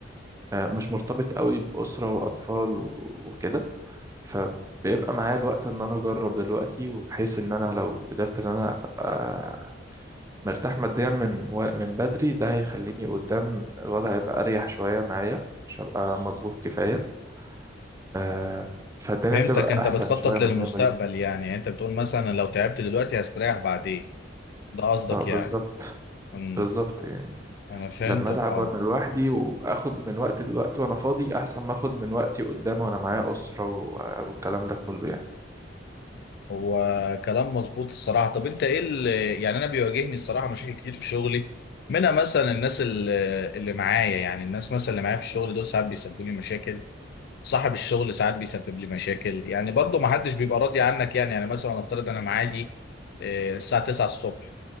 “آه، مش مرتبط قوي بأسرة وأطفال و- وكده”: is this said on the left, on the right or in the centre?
Right